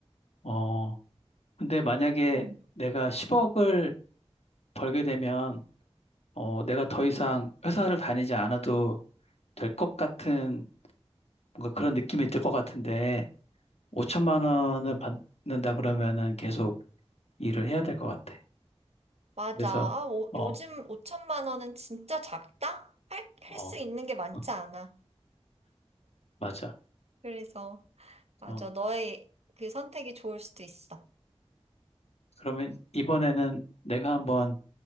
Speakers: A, on the left; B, on the right.
A: 어. 근데 만약에
B: 음.
A: 내가 10억을 벌게 되면 어, 내가 더 이상 회사를 다니지 않아도 될 것 같은 뭔가 그런 느낌이 들 것 같은데 5천만 원을 받는다 그러면은 계속 일을 해야 될 것 같아.
B: 맞아.
A: 그래서
B: 아, 오-
A: 어,
B: 요즘 5천만 원은 진짜 작다? 할, 할
A: 어,
B: 수 있는 게 많지
A: <laughs>
B: 않아.
A: 맞아.
B: 그래서 맞아.
A: 어,
B: 너의 그 선택이 좋을 수도 있어.
A: 그러면 이번에는 내가 한번